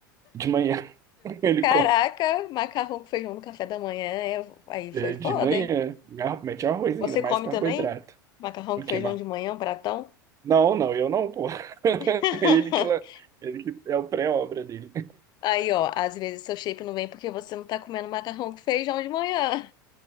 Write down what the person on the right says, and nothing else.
De manhã <laughs> ele
come.
é,
De manhã,
arro- mete arroz
ainda, mais
carboidrato.
O
que,
ma-
Não, não, eu não, pô. <laughs>
Ele que, la- ele que é o pré-obra dele.